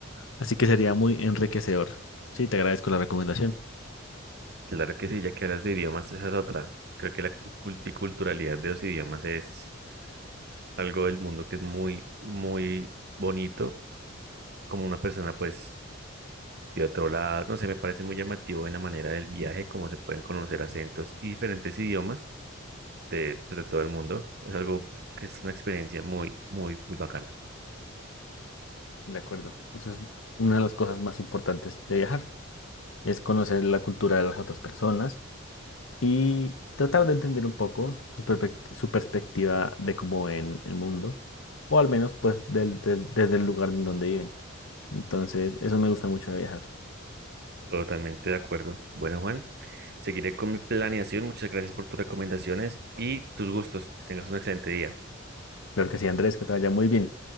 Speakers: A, on the left; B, on the right.
A: Así que sería muy enriquecedor. Sí, te agradezco la recomendación.
B: Claro que sí, ya que hablas de idiomas, esa es otra. Creo que la cu- multiculturalidad de los idiomas es algo del mundo que es muy, muy bonito, como una persona pues de otro lado, no sé, me parece muy llamativo en la manera del viaje, cómo se pueden conocer acentos y diferentes idiomas de, pues, de todo el mundo. Es algo que es una experiencia muy, muy, muy bacana.
A: De acuerdo. Eso es una de las cosas más importantes de viajar, es conocer la cultura de las otras personas y tratar de entender un poco su, perpec- su perspectiva de cómo ven el mundo, o al menos pues del- des- desde el lugar en donde viven. Entonces, eso me gusta mucho de viajar.
B: Totalmente de acuerdo. Bueno, Juan, seguiré con mi planeación. Muchas gracias por tus recomendaciones y tus gustos. Que tengas un excelente día.
A: Claro que sí, Andrés, que te vaya muy bien.